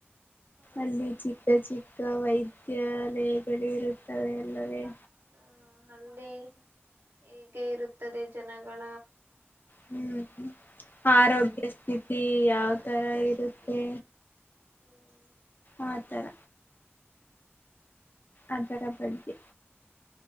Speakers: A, on the right (about 60°); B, on the left (about 45°).
A: ಹ
B: ಅಲ್ಲಿ ಚಿಕ್ಕ ಚಿಕ್ ಅಥವಾ ವೈದ್ಯಾಲಯಗಳು ಇರುತ್ತವೆ ಅಲ್ಲದೆೇ.
A: ಹ್ಮ ಅಲ್ಲಿ ಹೀಗೆ ಇರುತ್ತದೆ ಜನಗ್ <unintelligible>
B: ಹ್ಮ್ ಆರೋಗ್ಯ ಸ್ಥಿತಿ ಯಾವ
A: ಆರೋಗ್ಯ
B: ತರ ಇರುತ್ತೆ.
A: ಸ್ಥಿತಿ ಹ್ಮ್
B: ಆ ತರ ಅದರ ಬಗ್ಗೆ